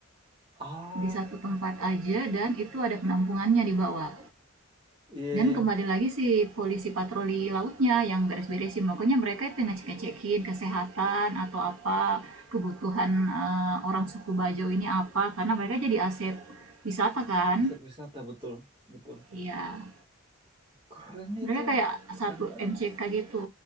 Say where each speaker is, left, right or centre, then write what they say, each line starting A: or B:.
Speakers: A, on the right; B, on the right.
A: Ah,
B: Di satu tempat aja dan itu ada penampungannya di bawah.
A: iya,
B: Dan
A: iya,
B: kembali lagi si polisi patroli lautnya yang beres-beresin. Pokoknya mereka itu ngecek-ngecekin kesehatan atau apa, kebutuhan eh, orang suku Bajo ini apa, karena mereka jadi aset wisata kan.
A: aset wisata betul, betul.
B: Iya.
A: Keren itu,
B: Mereka kayak
A: keren
B: satu
A: banget.
B: MCK gitu.